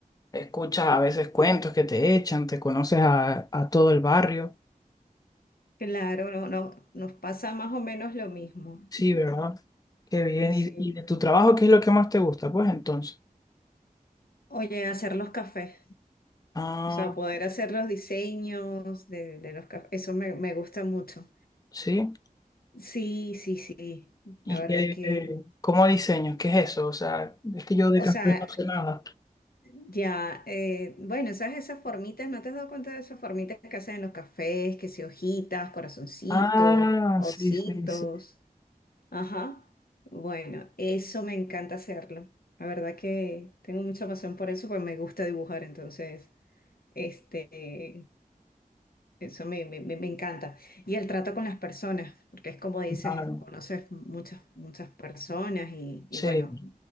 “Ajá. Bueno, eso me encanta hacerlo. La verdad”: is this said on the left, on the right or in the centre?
Left